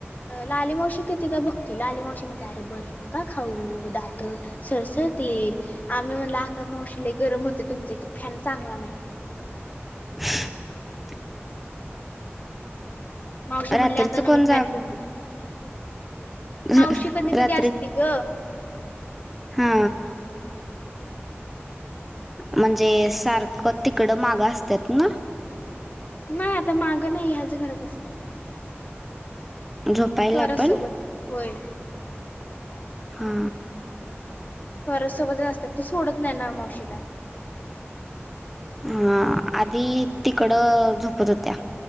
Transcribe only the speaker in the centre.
<inaudible>
रात्रीच
कोण जा
<unintelligible>
रात्री
हा. म्हणजे सारखं तिकडं माग असत्यात ना?
झोपायला
आपण
हा.
हा. आधी तिकडं झोपत होत्या.